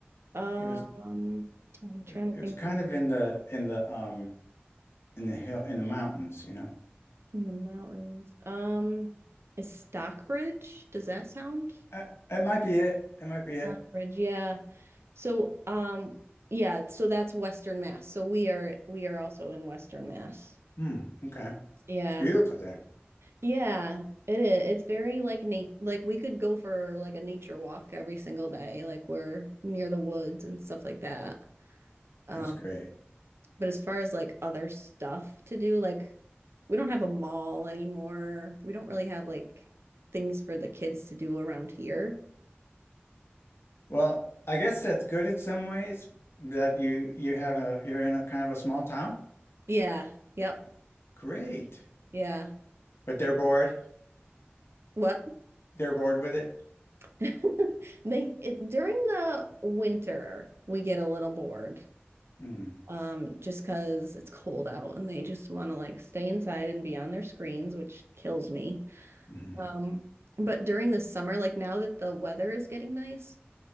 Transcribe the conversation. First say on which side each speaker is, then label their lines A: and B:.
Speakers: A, on the right; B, on the left.
A: Um,
B: It was
A: I'm trying
B: it
A: to think
B: was kind
A: of
B: of in the in the um in the hill in the mountains, you know.
A: in the mountains. Um, is Stockbridge? Does that sound?
B: Uh, it might be it. It might be it.
A: Rockbridge, yeah. So, um, yeah, so that's Western Mass. So we are we are also in Western Mass.
B: Hmm. Okay.
A: Yeah.
B: It's beautiful there.
A: Yeah, it is. It's very like nat like we could go for like a nature walk every single day. Like we're near the woods and stuff like that. Um,
B: That's great.
A: but as far as like other stuff to do, like we don't have a mall anymore. We don't really have like things for the kids to do around here.
B: Well, I guess that's good in some ways that you you have a you're in a kind of a small town.
A: Yeah. Yep.
B: Great.
A: Yeah.
B: But they're bored.
A: What?
B: They're bored with it.
A: <laughs> They it, during the winter we get a little bored,
B: Mm.
A: um, just because it's cold out and they just want to like stay inside and be on their screens, which kills me.
B: hmm
A: Um, but during the summer, like now that the weather is getting nice,